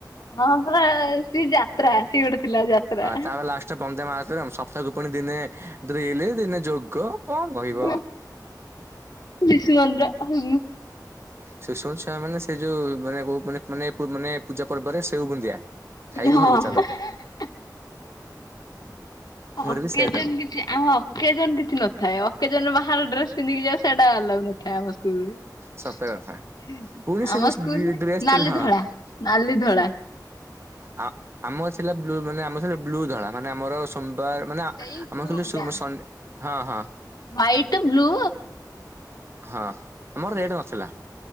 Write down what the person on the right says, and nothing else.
ହଁ ତାପରେ ଲାଷ୍ଟରେ ପଞ୍ଜାମ ସପ୍ତାହକୁ ପୁଣି ଦିନେ ଡ୍ରିଲ ଦିନେ ଯୋଗ। କଣ କହିବ।
ଶିଶୁ ମନ୍ଦିର ଛୁଆମାନେ ସେ ଯୋଉ ମାନେ ଓଉ ମାନେ ମାନେ ମାନେ ପୂଜା ପର୍ବରେ ସେଉ ବୁନ୍ଦିଆ। ଖାଇକି
ଘରକୁ ଚାଲ
ମୋର
ବି ସେୟା ଥିଲା
ସତ କଥା ପୁଣି ସେ
ଯୋଉ
ଡ୍ରେସ ଥିଲା
ହଁ
ଆ ଆମ ଥିଲା ବ୍ଲୁ ମାନେ ଆମ ସେ ବ୍ଲୁ ଧଳା। ମାନେ ଆମର ସୋମବାର ମାନେ ଆମର
ଖାଲି ସୁମ
ଶ ହଁ ହଁ।
ହଁ ଆମର ରେଡ ନଥିଲା।